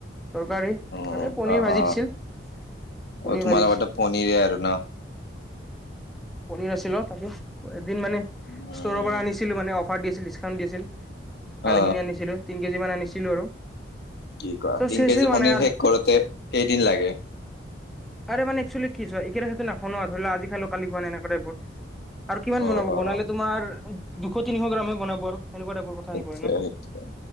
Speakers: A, in the centre; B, on the left.
A: তৰকাৰী
B: অ
A: আৰু এই পনীৰ
B: অ
A: ভাজি
B: অ
A: দিছিল। পনিৰ
B: অ তোমালোকৰটো
A: ভাজি দিছিল
B: পনিৰে আৰু ন।
A: পনিৰ আছিল অ তাকে এদিন মানে
B: উম
A: ষ্টৰৰ পৰা আনিছিলো ম অফাৰ দিছিল ডিছকাউণ্ট দি আছিল ভালখিনি
B: অ
A: আনিছিলোঁ তিনি কেজিমান আনিছিলোঁ আৰু
B: কি কোৱা
A: চ'
B: তিন
A: চেছে
B: কেজি
A: হোৱা
B: পনিৰ
A: নাই আৰু
B: শেষ কৰোতে কেইদিন লাগে।
A: আৰে মান একচুৱেলী কি চোৱা। সেইটো নাখন ধৰি ল আজি খালো কালি খোৱা ন এনেকা টাইপৰ আৰু কিমান
B: অ
A: বনাব
B: অ
A: বনালে তোমাৰ। দুশ তিনিশ গ্ৰামে বনাব আৰু সেনেকুৱা টাইপৰ কথা
B: সেইটোৱে
A: আহি পৰে ন।
B: সেইটোৱে